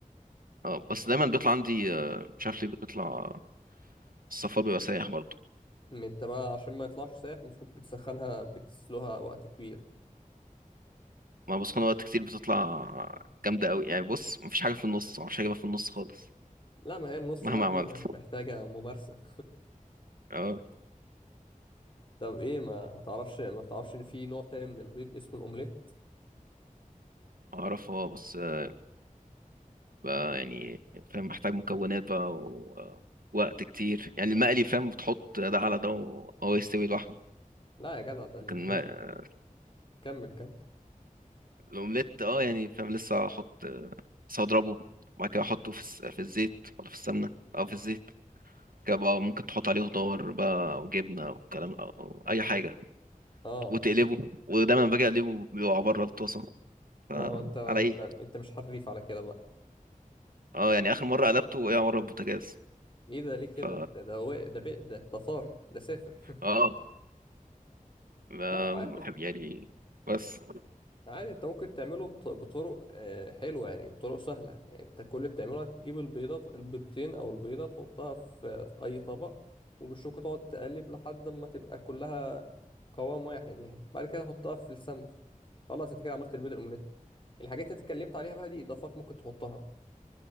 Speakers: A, on the right; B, on the left.
A: اه بس دايما بيطلع عندي آه، مش عارف ليه بيطلع السفر بيبقى سايح برضه
B: م- انت بقى عشان ما يطلعش سايح المفروض بتسخنها بتسلقها وقت كبير
A: ما بسخن وقت كتير بتطلع جامدة قوي يعني بص مفيش حاجة في النص معرفش اجيبها في النص خالص
B: لا ما هي النص
A: مهما
B: بقى دي
A: عملت
B: مح- محتاجة ممارسة
A: اه
B: طب ايه ما ما تعرفش ما تعرفش ان في نوع تاني من البيض اسمه الاومليت
A: اعرف اه بس آه، بقى يعني فاهم محتاج مكونات بقى ووقت كتير يعني المقلي فاهم بتحط ده على ده وهو يستوي لوحده
B: لا يا جدع ده البيض
A: لكن ما-
B: كمل كمل
A: الاومليت اه يعني فاهم لسه هحط لسه هضربه وبعد كده احطه في الس- في الزيت ولا في السمنة او في الزيت بقى ممكن تحط عليه خضار بقى او جبنه او كلام او اي حاجه
B: اه
A: وتقلبه ودايما باجي اقلبه بيقع بره الطاسه فعلى
B: ما هو انت انت
A: ايه
B: انت مش حريف على كده بقى
A: اه يعني اخر مره قلبته وقع بره البوتاجاز
B: ايه ده ليه كده
A: ف
B: ده ده وق- ده بق- ده ده طار ده سافر
A: اه
B: <laughs>
A: ما-
B: لا عادي
A: بحب يعني بس
B: عادي انت ممكن تعمله بط- بطرق آه، حلوه يعني بطرق سهله يعني انت كل اللي بتعمله هتجيب البيضات البيضتين او البيضه تحطها في في اي طبق وبالشوكه تقعد تقلب لحد ما تبقى كلها قوام واحد يعني بعد كده تحطها في السمن خلاص انت كده عملت البيض الاومليت الحاجات اللي اتكلمت عليها بقى دي اضافات ممكن تحطها